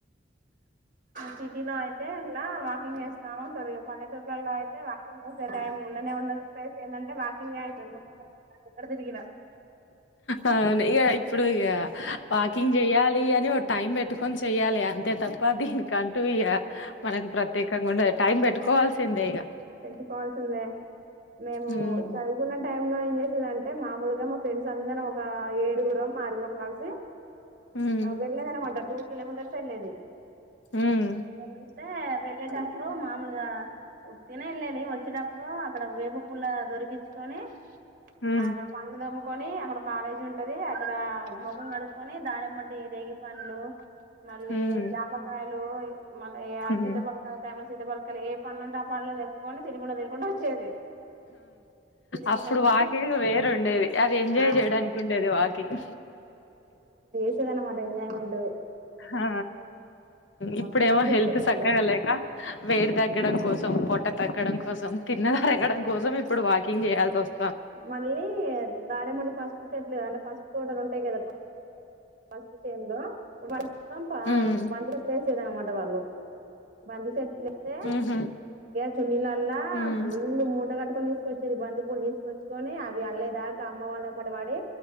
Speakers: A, on the right (about 45°); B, on the left (about 85°).
A: సిటీలో అయితే ఇట్లా వా కింగ్ చేస్ బావుంటది పల్లే టూర్లలో అయితే వాకింగ్ చేసే టైం ఉండనే ఉండదు ప్లేస్ ఆ <unintelligible> ండి వాకింగ్ అయితది మొత్తం కడదరికనా
B: అ ఇక ఇప్పుడు ఇక వాకింగ్ చెయాలి అ టైం పెట్టుకొని చెయ్యాలి అంతే తప్ప దీనికంటూ ఇక మనకు ప్రత్యేకంగా ఉండ టైం పెట్టుకోవాల్సిందే ఇక
A: పెట్టుకోవాల్సిందే మేము
B: హ్మ్
A: చదువుకున్న టైమ్ లో ఏం చేసేదిఅంటే మా ఉలుగా మా ఫ్రెండ్స్ అందరూ ఒక ఏడుగుడం ఆరుగుడ కలిసి
B: హ్మ్
A: వెళ్ళదనం మాట టూ కిలోమీటర్స్ వెళ్ళలేది
B: హ్మ్
A: వెంట వెళ్ళేటప్పుడు మా ఈగా తిన వెళ్ళది వచ్చేటప్పుడు అక్కడ వేపు పూల్ల దొరికించుకొని
B: హ్మ్
A: అ అక్కడ పండు ము కొని అక్కడ కాలేజీ ఉంటది అక్కడ ముఖం కడుకొని దారిమ్మటి రేగి పండ్లు మళ్ళీ
B: హ్మ్
A: జామకాయలు మళ్ళీ
B: హ్మ్
A: సీత పలకాయ టైంలో సీతపలకాయలు ఏ పనులుఉంటే ఆ పండ్లు తెప్పుకొని తినకుండా తికుంటడా వచ్చేది తినుకుంట
B: అప్పుడు
A: వచ్చి
B: వాకింగ్ వేరు ఉండేది అది ఎంజాయ్
A: ఆ
B: చేయడానికి ఉండేది వాకింగ్
A: ఎజాయమెంట్
B: ఆ
A: మస్తు
B: ఇప్పుడేమో
A: అనిపించేది
B: హెల్త్
A: అసలు
B: సక్కగా లేక వేడి తగ్గడం కోసం పొట్ట తగ్గడం కోసం తిన్న తరగడం కోసం ఇప్పుడు వాకింగ్ చేయాల్సి వస్తుంది
A: మళ్ళీ దధార మడి పాస్ <unintelligible> అంటే పసుపు తోటలు ఉంటాయి కదా <inaudible> పు కిందు వ మొత్తం
B: హ్మ్.
A: బంతి చెట్లు చేసేదిఅన్నమాట వాళ్ళు బంతి చెట్లు ఇస్తే
B: హుహు.
A: చున్నిలా
B: హ్మ్.
A: ఫుల్ మూడగాటు తీసుకొచ్చది బంతి పులి కొచ్చుకొని అవి అల్ళే దాకా అమ్మ వాళ్ళమ్మడి వాడి